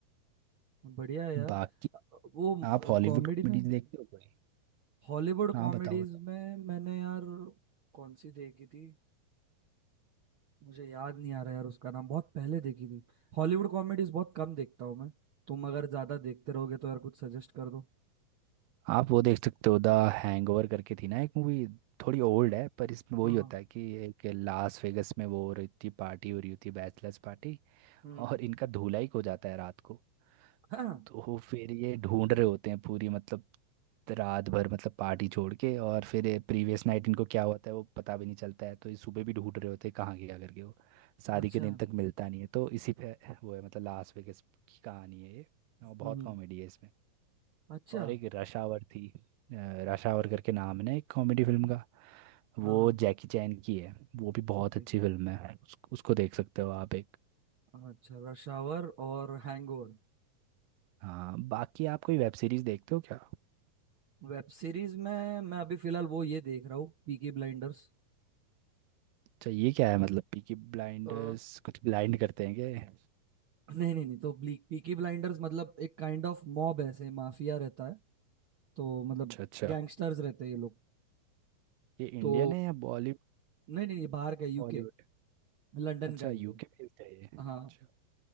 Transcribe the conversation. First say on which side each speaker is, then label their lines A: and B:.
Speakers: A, on the right; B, on the right.
A: बढ़िया है यार
B: बाकी
A: अ, वो
B: आप हॉलीवुड
A: कॉमेडी
B: कॉमेडीज
A: में
B: देखते हो कोई
A: हॉलीवुड
B: हाँ
A: कॉमेडीज
B: बताओ बताओ
A: में मैंने यार कौन सी देखी थी मुझे याद नहीं आ रहा यार उसका नाम बहुत पहले देखी थी हॉलीवुड कॉमेडीज बहुत कम देखता हूँ मैं तुम अगर ज्यादा देखते रहोगे तो यार कुछ सजेस्ट कर दो
B: आप वो देख सकते हो द हैंगओवर करके थी ना एक मूवी थोड़ी ओल्ड है पर इसमें वही
A: हाँ
B: होता
A: हाँ
B: है कि एक लास वेगस में वो हो रही थी पार्टी हो रही होती है बैचलर्स पार्टी
A: हम्म
B: और इनका धुलाई हो जाता है रात को
A: हाँ
B: तो फिर ये ढूंढ रहे होते हैं पूरी मतलब रात भर मतलब पार्टी छोड़ के और फिर प्रीवियस नाइट इनको क्या होता है वो पता भी नहीं चलता है तो ये सुबह भी ढूंढ रहे होते हैं कहाँ गया करके वो शादी
A: अच्छा
B: के दिन तक मिलता नहीं है तो इसी पे वो है मतलब लास वेगास की कहानी है ये और बहुत
A: हम्म
B: कॉमेडी है इसमें
A: अच्छा
B: और एक रश आवर थी अ, रश आवर करके नाम है ना एक कॉमेडी फिल्म का
A: हाँ
B: वो
A: हाँ
B: जैकी चैन की है वो भी बहुत
A: ओके
B: अच्छी फिल्म है उस, उसको देख सकते हो आप एक
A: अच्छा रश आवर और हैंगओवर
B: हाँ बाकी आप कोई वेब सीरीज देखते हो क्या
A: वेब सीरीज में मैं अभी फिलहाल वो ये देख रहा हूँ पीकी ब्लाइंडर्स
B: अच्छा ये क्या है मतलब पीकी ब्लाइंडर्स
A: अ,
B: कुछ ब्लाइंड करते हैं क्या ये?
A: नहीं नहीं नहीं तो पीकी ब्लाइंडर्स मतलब एक काइंड ऑफ मॉब ऐसे माफिया रहता है तो मतलब
B: अच्छा अच्छा
A: गैंगस्टर्स रहते हैं ये लोग
B: ये
A: तो
B: इंडियन है या बॉलीवुड
A: नहीं नहीं ये बाहर का यूके
B: हॉलीवुड
A: लंदन
B: अच्छा
A: का ही
B: यूके
A: है
B: बेस्ड है ये अच्छा
A: हाँ